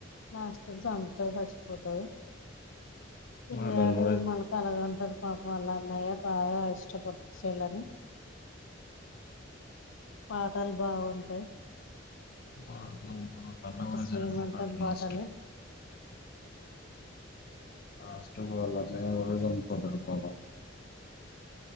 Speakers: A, on the left; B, on the left.
A: లాస్టుకు సంప్తది సచ్చిపోతది పిలగాడు
B: వాళ్ళని కూడా
A: మళ్ళ కలగంటడు పాపం ఆళ్ళ అన్నయ. బాగా ఇష్టపడ్ సెల్లను పాటలు బాగుంటయ్
B: ఆ అగడ
A: శ్రీమంతం
B: జనంగాస్
A: పాటలు
B: ఆస్టుగోళనేే ఒ రోజంతా బడుకోల